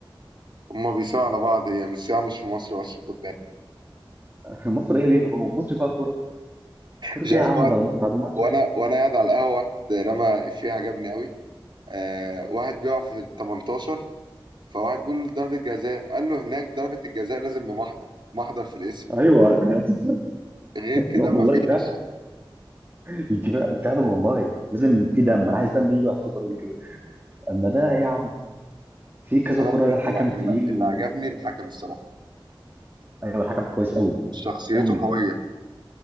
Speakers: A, on the right; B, on the right.
A: هما بيساووا على بعض يعني الصياعة مش في مصر بس في الخد
B: مصر ايه ليه هو مصر فيها كوره كوره
A: مش
B: ايه
A: عارف
B: يا عم
A: واحد
B: بعد بعد الماتش
A: وانا وانا قاعد على القهوة واحد رمى إفيه عجبني قوي آه واحد بيقع في ال 18 فواحد بيقول له ضربة جزاء قال له هناك ضربة الجزاء لازم بمحضر محضر في الاسم
B: ايوه <laughs>
A: غير كده
B: والله
A: مفيش
B: يجي فعلا والله لازم في دم انا عايز دم يجي على حسب ضربة الجزاء اما ده يا عم في كذا
A: ده
B: كرة
A: بس
B: ده الحكم
A: اللي,
B: تقيل
A: اللي, اللي
B: وال...
A: عجبني الحكم الصراحة
B: ايوه الحكم كويس قوي
A: شخصيته
B: قوي
A: قوية